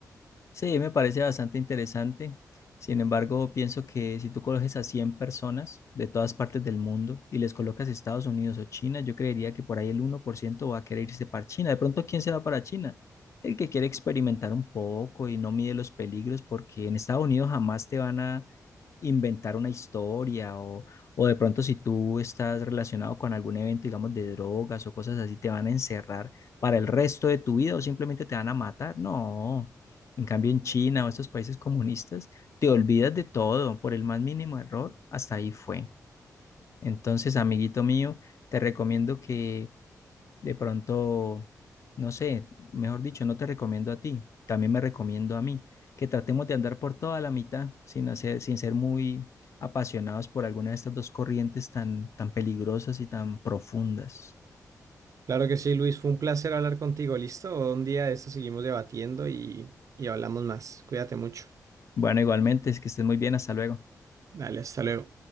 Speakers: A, on the left; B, on the right.
A: Sí, me parece bastante interesante. Sin embargo, pienso que si tú coges a 100 personas de todas partes del mundo y les colocas Estados Unidos o China, yo creería que por ahí el uno por ciento va a querer irse para China. De pronto, ¿quién se va para China? El que quiere experimentar un poco y no mide los peligros, porque en Estados Unidos jamás te van a inventar una historia o, o de pronto si tú estás relacionado con algún evento, digamos, de drogas o cosas así, te van a encerrar para el resto de tu vida o simplemente te van a matar. No. En cambio, en China o estos países comunistas, te olvidas de todo por el más mínimo error, hasta ahí fue. Entonces, amiguito mío, te recomiendo que de pronto, no sé, mejor dicho, no te recomiendo a ti, también me recomiendo a mí, que tratemos de andar por toda la mitad sin hacer, sin ser muy apasionados por alguna de estas dos corrientes tan, tan peligrosas y tan profundas.
B: Claro que sí, Luis, fue un placer hablar contigo. ¿Listo? Un día de esto seguimos debatiendo y, y hablamos más. Cuídate mucho.
A: Bueno, igualmente, es que estés muy bien, hasta luego.
B: Dale, hasta luego.